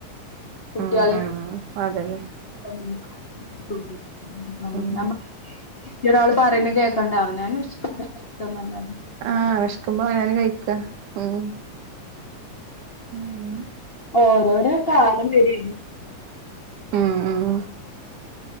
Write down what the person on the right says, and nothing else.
ഉം ഉം അതന്നെ
ഉം
ആഹ് വെഷ്ക്കുമ്പ ആഹാരം കഴിക്ക ഉം ഉം
ഉം ഉം